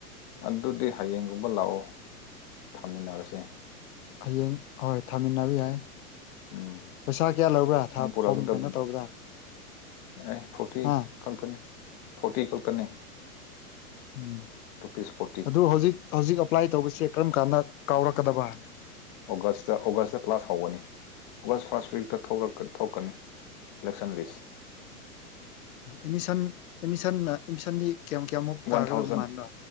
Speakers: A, on the left; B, on the left.
A: ꯑꯗꯨꯗꯤ ꯍꯌꯦꯡꯒꯨꯝꯕ ꯂꯥꯛꯑꯣ ꯊꯝꯃꯤꯟꯅꯔꯁꯦ
B: ꯍꯌꯦꯡ ꯍꯣꯏ ꯊꯥꯃꯤꯟꯅꯕ ꯌꯥꯏ
A: ꯎꯝ
B: ꯄꯩꯁꯥ ꯀꯌꯥ ꯂꯧꯕ꯭ꯔꯥ ꯊ
A: ꯅꯪ ꯄꯨꯔꯛꯀꯗꯕꯅꯤ
B: ꯐꯣꯝ ꯀꯩꯅꯣ ꯇꯧꯕꯗ
A: ꯑꯦ ꯐꯣꯔꯇꯤ
B: ꯍꯥ
A: ꯈꯛꯇꯅꯦ ꯐꯣꯔꯇꯤ ꯈꯛꯇꯅꯦ
B: ꯎꯝ
A: ꯔꯨꯄꯤꯁ ꯐꯣꯔꯇꯤ
B: ꯑꯗꯨ ꯍꯧꯖꯤꯛ ꯍꯧꯖꯤꯛ ꯑꯦꯄ꯭ꯂꯥꯏ ꯇꯧꯕꯁꯦ ꯀꯔꯝ ꯀꯥꯟꯗ ꯀꯥꯎꯔꯛꯀꯗꯕ
A: ꯑꯣꯒꯁꯇ ꯑꯣꯒꯁꯇ ꯀ꯭ꯂꯥꯁ ꯍꯧꯒꯅꯤ ꯑꯣꯒꯁ ꯐꯥꯔꯁ ꯋꯤꯛꯇ ꯊꯣꯛꯂꯛ ꯊꯣꯛꯀꯅꯤ <unintelligible>
B: ꯑꯦꯃꯤꯁꯟ ꯑꯦꯃꯤꯁꯟꯅ ꯑꯦꯃꯤꯁꯟꯗꯤ ꯀꯌꯥꯝ ꯀꯌꯥꯃꯨꯛ
A: ꯋꯥꯟ
B: ꯇꯥꯒꯗꯕ
A: ꯊꯥꯎꯖꯟ
B: ꯃꯥꯟꯕ꯭ꯔꯥ